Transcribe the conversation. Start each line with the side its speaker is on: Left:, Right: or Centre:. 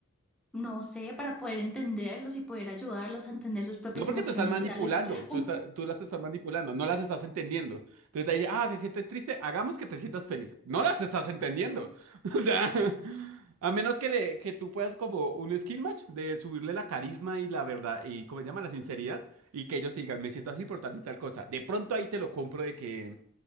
Centre: No sé, para poder entenderlos y poder ayudarlos a entender sus propias
Right: No porque
Centre: emociones
Right: tú estás manipulando,
Centre: y darles un...
Right: tú, está- tú las estás manipulando, no las estás entendiendo. Entonces ahí, ah, te sientes triste, hagamos que te sientas feliz. No las estás entendiendo. <laughs> O sea, a menos que, le, que tú puedas como un skill match de subirle la carisma y la verdad, y como se llama, la sinceridad, y que ellos te digan, me siento así por tal y tal cosa. De pronto ahí te lo compro de que,